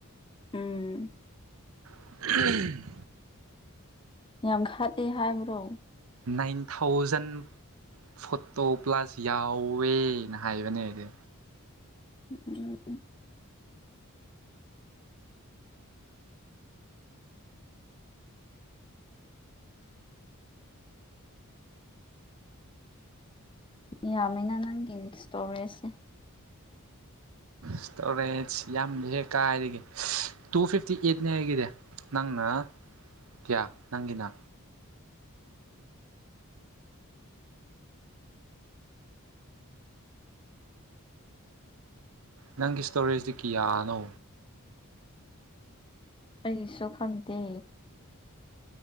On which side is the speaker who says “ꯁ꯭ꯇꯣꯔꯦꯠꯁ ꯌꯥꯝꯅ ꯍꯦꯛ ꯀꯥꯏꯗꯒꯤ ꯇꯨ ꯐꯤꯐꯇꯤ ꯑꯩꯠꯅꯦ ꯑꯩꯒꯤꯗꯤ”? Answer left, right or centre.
Right